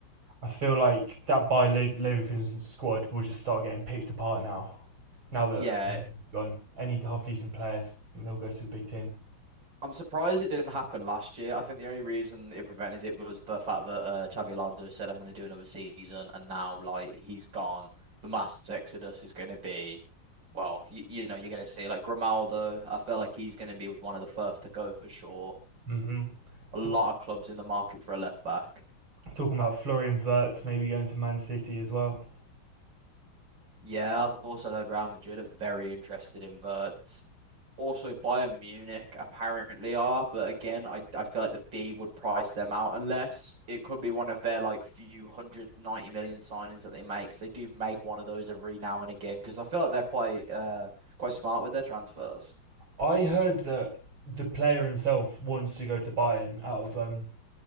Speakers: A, on the right; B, on the right.
A: I feel like that Bayer Le- Leverkusen squad will just start getting picked apart now. Now that
B: Yeah,
A: Frimpong's gone, any half decent player, they'll go to a big team.
B: I'm surprised it didn't happen last year. I think the only reason it prevented it was the fact that uh, Xabi Alonso said, I'm going to do another season. And now, like, he's gone. The mass exodus is going to be, well, you, you know, you're going to see, like, Grimaldo. I feel like he's going to be one of the first to go for sure.
A: hmm
B: A lot
A: T-
B: of clubs in the market for a left back.
A: talking about Florian Wirtz maybe going to Man City as well.
B: Yeah, I've also heard Real Madrid are very interested in Verts. also Bayern Munich apparently are, but again, I I feel like the fee would price them out unless it could be one of their like few hundred ninety million signings that they make. 'Cause they do make one of those every now and again because I feel like they're quite uh quite smart with their transfers.
A: I heard that the player himself wants to go to Bayern out of um,